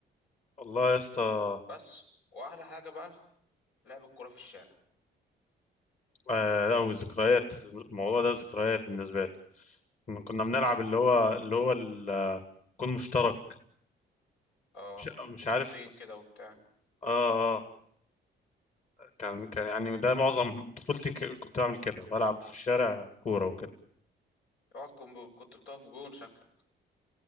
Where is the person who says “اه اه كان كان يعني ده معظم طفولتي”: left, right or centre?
Left